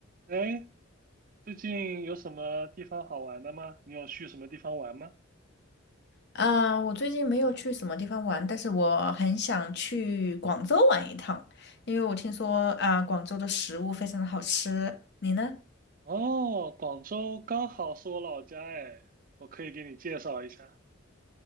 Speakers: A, on the right; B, on the left.
A: 哎，最近有什么地方好玩的吗？你有去什么地方玩吗？
B: 啊，我最近没有去什么地方玩，但是我很想去广州玩一趟，因为我听说啊，广州的食物非常的好吃。你呢？
A: 哦，广州刚好是我老家哎，我可以给你介绍一下。